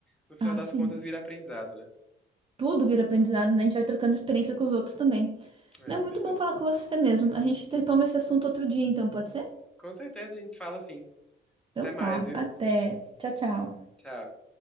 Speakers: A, in the centre; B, on the right.
A: No final
B: Ah,
A: das
B: sim.
A: contas, vira aprendizado, né?
B: Tudo vira aprendizado, né? A gente vai trocando experiência com os outros também.
A: É,
B: Não, muito
A: pois
B: bom
A: é.
B: falar com você mesmo. A gente retoma esse assunto outro dia, então, pode ser?
A: Com certeza a gente se fala assim.
B: Então
A: Até mais,
B: tá.
A: viu?
B: Até. Tchau, tchau.
A: Tchau.